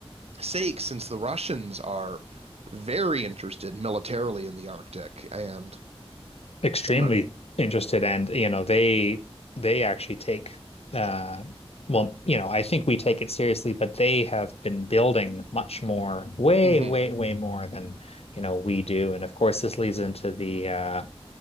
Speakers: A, on the right (about 75°); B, on the left (about 75°).
A: sake, since the Russians are very interested militarily in the Arctic. And
B: extremely
A: I'm
B: interested and you know they they actually take uh well you know I think we take it seriously but they have been building much more way
A: hmm
B: way way more than you know we do and of course this leads into the uh